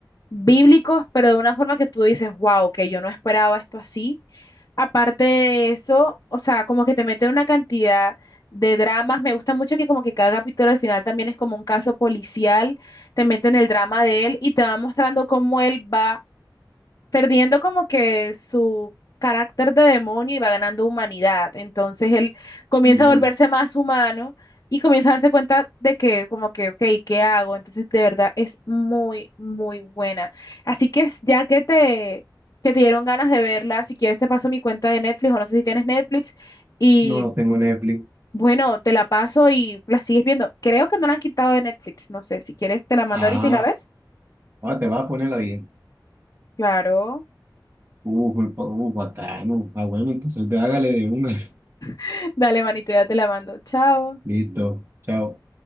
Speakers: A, on the left (about 45°); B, on the right (about 35°).
A: bíblicos, pero de una forma que tú dices, wow, que yo no esperaba esto así. Aparte de eso, o sea, como que te meten una cantidad de dramas, me gusta mucho que como que cada capítulo al final también es como un caso policial, te meten el drama de él y te va mostrando cómo él va perdiendo como que su carácter de demonio y va ganando humanidad. Entonces él comienza
B: Ujú.
A: a volverse más humano y comienza a darse cuenta de que como que, ok, ¿qué hago? Entonces de verdad es muy, muy buena. Así que ya que te, que te dieron ganas de verla, si quieres te paso mi cuenta de Netflix o no sé si tienes Netflix y...
B: No, no tengo Netflix.
A: Bueno, te la paso y la sigues viendo. Creo que no la han quitado de Netflix. No sé, si quieres te la mando
B: Ah,
A: ahorita y la ves.
B: ahora te vas a poner la bien.
A: Claro.
B: Uf, pa- uf, bacano. Ah, bueno, entonces ve, hágale de una. <laughs>
A: <laughs> Dale, manito, ya te la mando. Chao.
B: Listo. Chao.